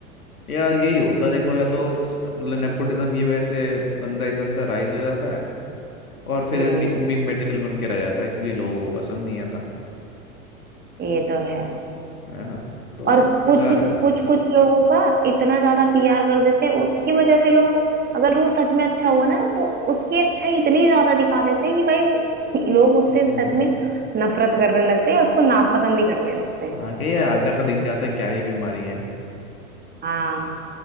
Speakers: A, on the left (about 85°); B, on the right (about 20°).
A: यार यही होता है देखो या तो st- मतलब नेपोटिज्म की वजह से बंदा एकदम से राइज हो जाता है और फिर
B: हम्म
A: मीम मटेरियल बन के रह जाता है क्योंकि लोगों को पसंद नहीं आता
B: ये तो है
A: है ना तो
B: और
A: बेकार
B: कुछ
A: है
B: कुछ कुछ लोगों का इतना ज्यादा पीआर कर देते हैं उसकी वजह से लोग अगर वो सच में अच्छा हुआ ना तो उसकी अच्छाई इतनी ज्यादा दिखा देते हैं कि भाई वो <laughs> लोग उससे
A: हम्म
B: सच में नफरत करने लगते हैं उसको नापसंद ही करने लगते हैं
A: हाँ क्या यार आज तक दिख जाता है क्या ही बीमारी है
B: हाँ